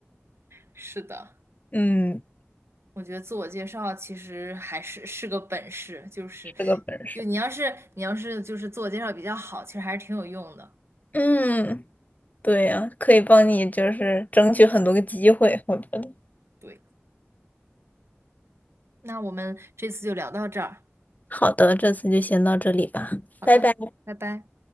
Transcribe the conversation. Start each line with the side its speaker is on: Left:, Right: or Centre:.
Right: 是的，
Left: 嗯，
Right: 我觉得自我介绍其实还是是个本事，就是
Left: 是个本事。
Right: 就你要是你要是就是自我介绍比较好，其实还是挺有用的。
Left: 嗯，对呀、可以帮你就是争取很多个机会，我觉得。
Right: 对，那我们这次就聊到这儿。
Left: 好的，这次就先到这里吧，
Right: 好的，
Left: 拜拜。
Right: 拜拜。